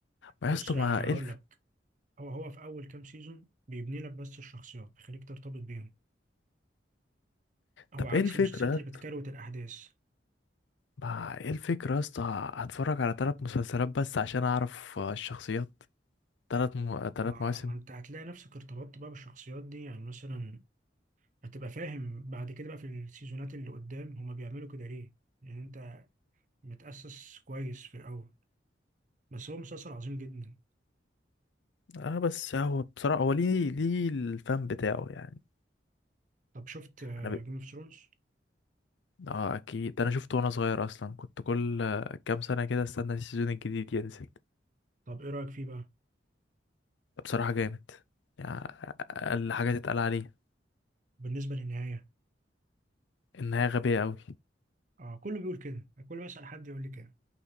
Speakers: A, on the left; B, on the right.
A: ما
B: بص
A: يا اسطى
B: يعني
A: ما
B: هقول
A: ايه الف...
B: لك هو هو في اول كام سيزون بيبني لك بس الشخصيات بيخليك ترتبط بيهم هو
A: طب
B: عكس
A: ايه الفكره
B: المسلسلات
A: يا
B: اللي
A: اسطى؟
B: بتكروت الاحداث
A: ما ايه الفكره يا اسطى هتفرج على ثلاث مسلسلات بس عشان اعرف آه، الشخصيات ثلاث م... ثلاث
B: ما,
A: مواسم
B: ما انت هتلاقي نفسك ارتبطت بقى بالشخصيات دي يعني مثلا هتبقى فاهم بعد كده بقى في السيزونات اللي قدام هما بيعملوا كده ليه لان انت متأسس كويس في الاول بس هو مسلسل عظيم جدا
A: اه بس هو بصراحة هو ليه ليه الفن بتاعه يعني
B: طب شفت
A: انا ب...
B: جيم اوف ثرونز
A: اه اكيد ده انا شفته وانا صغير اصلا كنت كل كام سنة كده استنى السيزون الجديد ينزل
B: طب ايه رأيك فيه بقى
A: بصراحة جامد يعني اقل حاجة تتقال عليه
B: بالنسبة للنهاية
A: انها غبية قوي
B: اه كله بيقول كده كل ما اسأل حد يقول لي كده